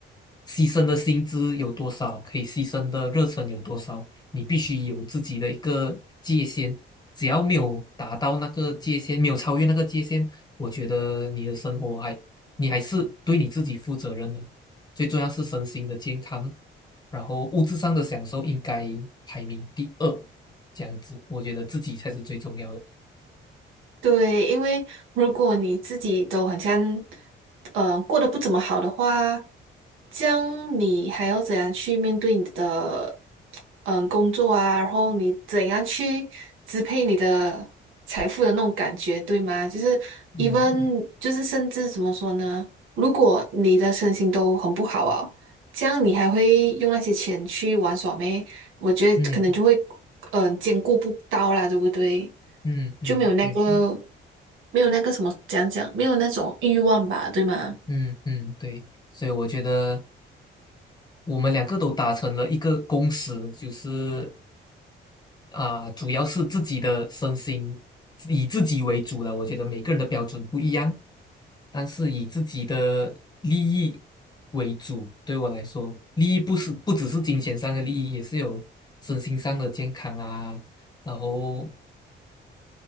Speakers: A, on the left; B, on the right.
A: 牺牲的薪资有多少，可以牺牲的热忱有多少，你必须有自己的一个界限。只要没有达到那个界限，没有超越那个界限，我觉得你的生活还，你还是对你自己负责任的。最重要是身心的健康，然后物质上的享受应该排名第二，这样子，我觉得自己才是最重要的。
B: 对，因为如果你自己都很像，嗯、过得不怎么好的话，这样你还要怎样去面对你的嗯工作啊？然后你怎样去支配你的财富的那种感觉，对吗？就是 even
A: 嗯
B: 就是甚至怎么说呢？如果你的身心都很不好啊，这样你还会用那些钱去玩耍咩？我觉得可能就会，
A: 嗯
B: 嗯、兼顾不到啦，对不对？
A: 嗯嗯，
B: 就没有那个，
A: 嗯对对，
B: 没有那个什么，讲讲，没有那种欲望吧，对吗？
A: 嗯嗯对，所以我觉得我们两个都达成了一个共识，就是啊、主要是自己的身心，以自己为主了。我觉得每个人的标准不一样，但是以自己的利益为主，对我来说，利益不是不只是金钱上的利益，也是有身心上的健康啊，然后